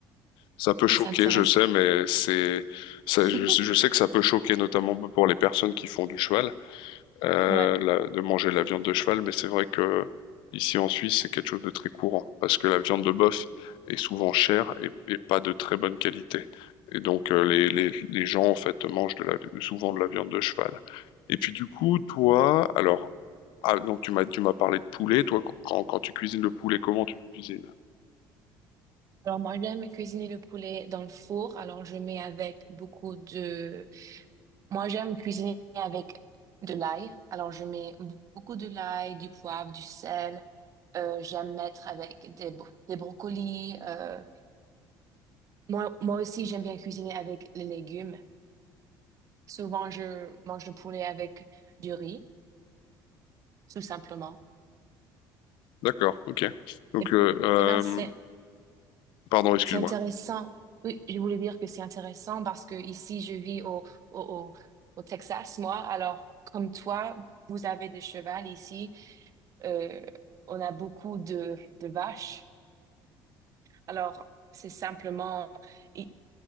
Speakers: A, on the left; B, on the right.
A: Ça peut choquer,
B: Oh, C'est intéressant.
A: je sais, mais c'est ça,
B: <laughs>
A: je, je sais que ça peut choquer notamment pour les personnes qui font du cheval. euh,
B: Ouais.
A: la- de manger la viande de cheval, mais c'est vrai que ici en Suisse, c'est quelque chose de très courant, parce que la viande de bœuf est souvent chère et, et pas de très bonne qualité. Et donc euh, les, les, les gens en fait mangent de la, souvent de la viande de cheval. Et puis du coup, toi, alors, ah, donc tu m'as tu m'as parlé de poulet, toi, quand, quand, quand tu cuisines le poulet, comment tu le cuisines?
B: Alors moi, j'aime cuisiner le poulet dans le four. Alors je mets avec beaucoup de Moi, j'aime cuisiner avec de l'ail. Alors, je mets beaucoup de l'ail, du poivre, du sel. Euh, j'aime mettre avec des, bro- des brocolis. euh. Moi, moi aussi, j'aime bien cuisiner avec les légumes. Souvent, je mange le poulet avec du riz, tout simplement.
A: D'accord, ok. Donc,
B: Et,
A: euh, euh,
B: et ben, c'est,
A: pardon, excuse-moi.
B: c'est intéressant. Oui, je voulais dire que c'est intéressant parce que ici, je vis au, au, au, au Texas, moi. Alors, comme toi, vous avez des chevals ici. euh, on a beaucoup de, de vaches. Alors, c'est simplement, i-